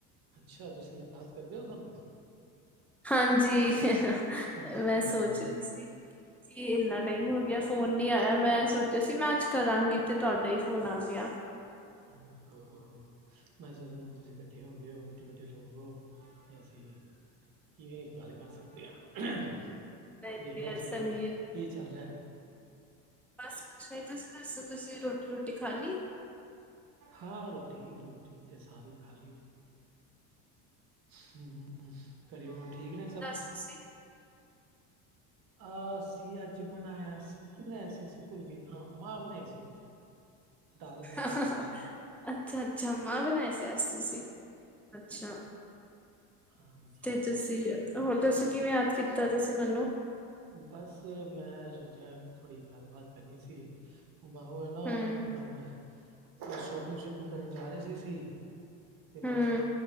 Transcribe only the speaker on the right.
ਅੱਛਾ, ਤੁਸੀਂ ਯਾਦ ਕਰਦੇ ਹੋ ਸਾਨੂੰ।
ਅੱਛਾ,
ਹਾਂ।
ਹ ਹ ਹ ਮੈ ਸੋਚਿਆ ਹੁਣ ਤੁਸੀਂ ਵੱਡੇ ਹੋ ਗਏ ਓ, ਵੱਡੇ-ਵੱਡੇ ਲੋਗ ਓਹ। ਤੈਸੀਂ, ਕਿਵੇਂ ਬਾਏ ਕਰ ਸਕਦੇ ਹਾਂ।
ਤੇ
ਹੋਰ
ਸੁਣਾਓ,
ਕਿ ਚੱਲ ਰਿਹਾ?
ਹਾਂ ਰੋਟੀ, ਰੋਟੀ ਤਾਂ ਸਾਰੀ ਖਾ ਲਈ। ਹਮ, ਘਰੇ ਹੋ ਠੀਕ ਨੇ ਸਭ?
ਆਹਸੀ ਅੱਜ ਬਣਾਇਆ ਸੀ, ਕੀ ਬਣਾਇਆ ਸੀ ਅਸੀ ਭੁੱਲ ਕੇ ਹਾਂ ਮਾਂ ਬਣਾਈ ਸੀ ਅੱਜ। <inaudible> ਬਣਾਈ
ਸੀ ਦਾਲ,
ਹਾਂਜੀ,
ਬਸ ਮੈਂ ਸੋਚਿਆ ਥੋੜ੍ਹੀ ਗੱਲ ਬਾਤ ਕਰਨੀ ਸੀ ਹੁ ਬਾਵਾ ਏ ਨਾ
ਨਾਮ ਹੈ ਥੋੜੀ ਸ਼ੋਪਿੰਗ ਸੂ਼ਪਿੰਗ ਕਰਨ ਜਾ ਰੇ ਸੀ ਅਸੀ। ਤੇ
ਬਸ